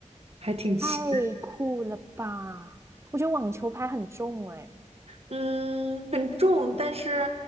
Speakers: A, on the right; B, on the right.
A: 还挺期。
B: 太酷了吧！我觉得网球拍很重哎。
A: 嗯，很重，但是，